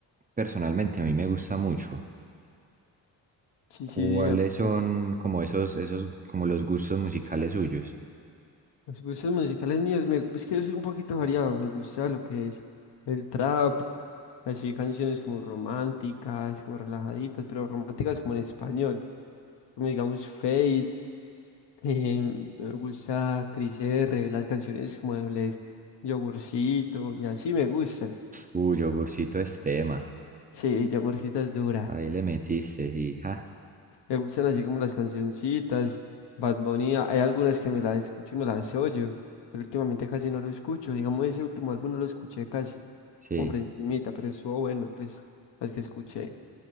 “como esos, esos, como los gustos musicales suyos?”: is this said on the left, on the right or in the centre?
Right